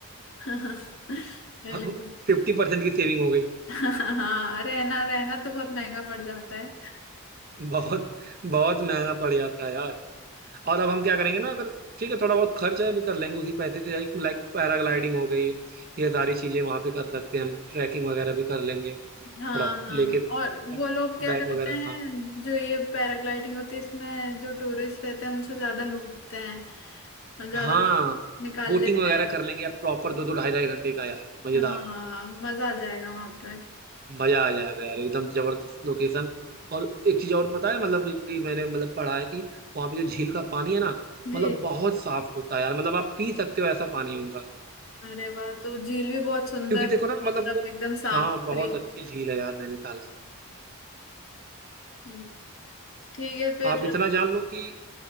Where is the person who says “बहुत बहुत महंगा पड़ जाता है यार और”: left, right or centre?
Right